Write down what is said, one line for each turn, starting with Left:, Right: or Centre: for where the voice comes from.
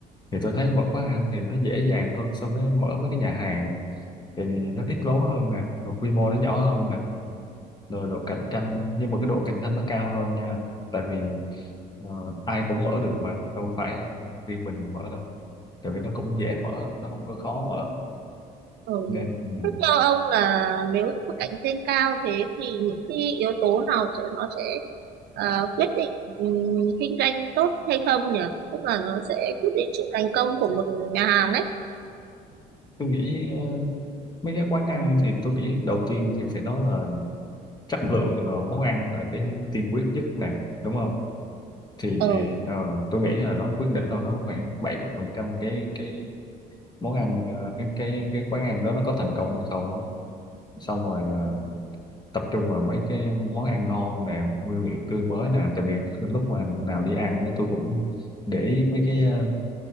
Left: Thì tôi thấy mở quán ăn thì nó dễ dàng hơn so với mở mấy cái nhà hàng tại vì nó ít vốn hơn nè rồi quy mô nó nhỏ hơn nè rồi độ cạnh tranh nhưng mà cái độ cạnh tranh nó cao hơn nha tại vì ờ, ai cũng mở được mà không phải riêng mình mở đâu tại vì nó cũng dễ mở nó không có khó mở
Right: Ừ.
Left: nên ừ.
Right: Thế theo ông là nếu mà cạnh tranh cao thế thì những cái yếu tố nào sẽ nó sẽ ờ, quyết định ừm, kinh doanh tốt hay không nhỉ? Tức là nó sẽ quyết định sự thành công của một nhà hàng ấy.
Left: tôi nghĩ ờ, mấy cái quán ăn thì tôi nghĩ đầu tiên thì phải nói là chất lượng ờ, món ăn là cái tiên quyết nhất nè đúng không thì
Right: Ờ,
Left: thì ờ, tôi nghĩ là nó quyết định thôi nó khoảng 70 phần trăm cái cái món ăn ờ, cái cái cái quán ăn đó nó có thành công hay không á xong rồi ờ, tập trung vào mấy cái món ăn ngon nè nguyên liệu tươi mới nè tại vì lúc mà nào đi ăn á, tôi cũng để ý mấy cái ờ,